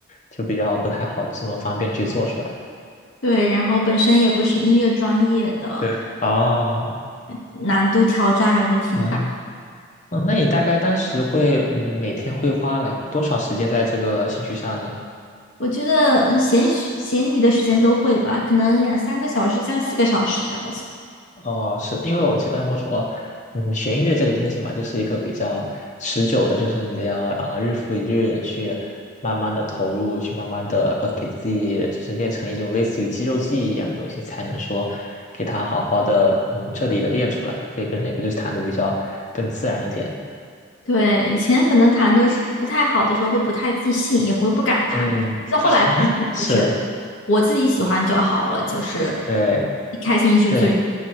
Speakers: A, on the left; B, on the left.
A: 就比较不太好这么方便的去做出来。
B: 对，然后本身也不是音乐专业的，
A: 对，哦，
B: 难度挑战还是挺大。
A: 啊，嗯，那你大概当时会嗯每天会花了多少时间在这个兴趣上呢？
B: 我觉得嗯闲许闲余的时间都会吧，可能两三个小时，三四个小时这样子。
A: 哦，是因为我记得他们说，嗯，学音乐这个东西嘛，就是一个比较持久的，就是你得要啊、呃日复一日的去慢慢的投入，去慢慢的呃给自己就是练成一种类似于肌肉记忆一样的东西，才能说给它好好的嗯彻底的练出来，可以变成一个就是弹的比较更自然一点。
B: 对，以前可能谈的是不太好的时候，会不太自信，也会不敢弹。
A: 嗯，
B: 但是后来发现，
A: <laughs> 是，
B: 就是我自己喜欢就好了，就是
A: 对
B: 开心是最。
A: 对，